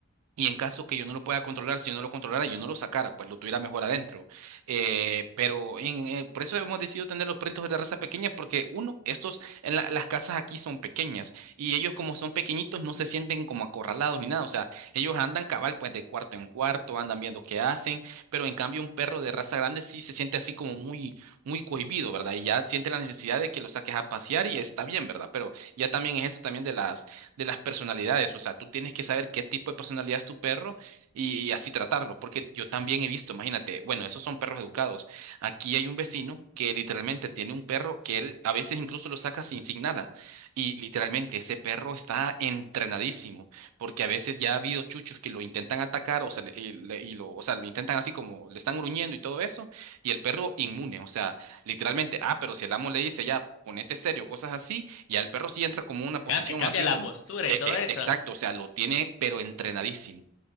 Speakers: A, on the right (about 80°); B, on the left (about 60°).
A: y en caso que yo no lo pueda controlar, si yo no lo controlara, yo no lo sacara, pues lo tuviera mejor adentro. Eh, pero en, eh, por eso hemos decidido tener los perritos de raza pequeña, porque uno, estos, en la- las casas aquí son pequeñas y ellos como son pequeñitos no se sienten como acorralados ni nada. O sea, ellos andan cabal pues de cuarto en cuarto, andan viendo qué hacen, pero en cambio un perro de raza grande sí se siente así como muy, muy cohibido, ¿verdad? Y ya siente la necesidad de que lo saques a pasear y está bien, ¿verdad? Pero ya también es eso también de las de las personalidades. O sea, tú tienes que saber qué tipo de personalidad es tu perro y, y así tratarlo, porque yo también he visto, imagínate, bueno, esos son perros educados. Aquí hay un vecino que literalmente tiene un perro que él a veces incluso lo saca sin, sin nada. Y literalmente ese perro está entrenadísimo, porque a veces ya ha habido chuchos que lo intentan atacar, o sea, le- y, le- y lo, o sea, lo intentan así como le están gruñendo y todo eso, y el perro inmune, o sea, literalmente, ah, pero si el amo le dice ya, ponete serio, cosas así, ya el perro sí entra como una posición
B: Cam- eh, cambia
A: así
B: la
A: como
B: postura
A: e-
B: y todo
A: ex-
B: eso.
A: Exacto, o sea, lo tiene, pero entrenadísimo.